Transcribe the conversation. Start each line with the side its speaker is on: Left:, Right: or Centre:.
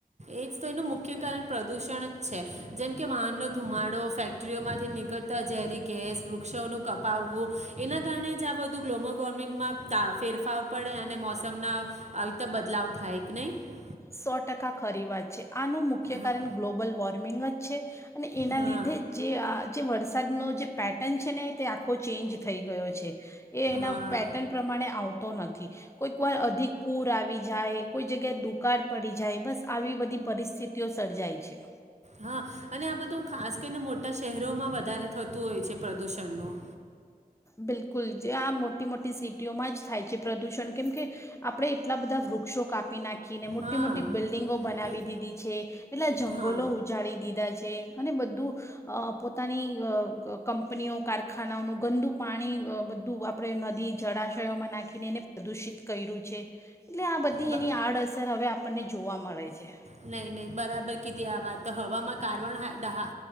Right: એ જ તો એનું મુખ્ય કારણ પ્રદૂષણ જ છે જેમ કે વાહનનો ધુમાડો ફેક્ટરીઓમાંથી નીકળતા ઝેરી ગેસ વૃક્ષોનું કપાવવું એના કારણે જ આ બધું ગ્લોબલ વોર્મિંગમાં ત ફેરફાવ પડે અને મો તમને આવી રીતે બદલાવ થાય કે નહીં
Left: સો ટકા ખરી વા જ આનું મુખ્ય
Right: હા
Left: કારણ ગ્લોબલ વોર્મિંગ જ છે અને એના
Right: હા
Left: લીધે જે આ જે વરસા વરસાદનો જે પેટર્ન છે ને તે આખો ચેન્જ થઈ ગયો છે એ એના
Right: હા
Left: પેટર્ન પ્રમાણે આવ નથી, કોઈ વાર અધિક પુર આવી જાય, કોઈ જગ્યા દુકાળ પડી જાય બસ આવી બધી પરિસ્થિતિઓ સર્જાય છે
Right: હા, અને આ બધું ખાસ કરીને મોટા શહેરોમાં વધારે થતું હોય છે પ્રદુષણનું
Left: બિલકુલ જે આ મોટી મોટી સિટીઓમાં જ થાય છે પ્રદૂષણ કેમ કે આપણે એટલા બધા વૃક્ષો કાપ આપી નાખીને મોટી
Right: હા
Left: મોટી બિલ્ડિંગો બનાવી
Right: એ-
Left: દીધી છે એટલા જંગલો
Right: હા
Left: ઉજાડી દીધા છે. અને બધું અ પોતાની કંપનીઓ કારખાનાઓનું ગંદુ પાણી બધું આપણે નદી જળાશયોમાં નાખીને એને પ્રદુષિત કર્યું છે. એટલે આ બધી
Right: બ-
Left: એની આડઅસર હવે આપણને જોવા મળે છે.
Right: નહીં નહીં બરાબર કીધી આ વાતતો, હવામાં કાર્બન હા હા.